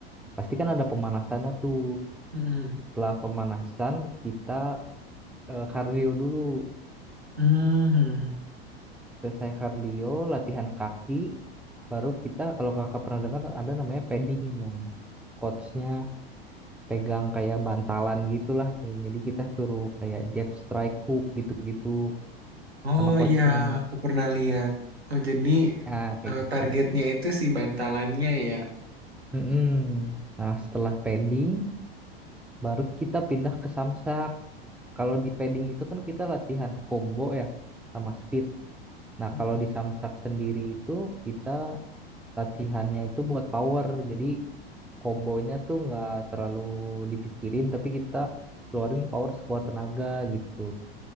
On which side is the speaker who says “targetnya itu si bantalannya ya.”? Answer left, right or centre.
Right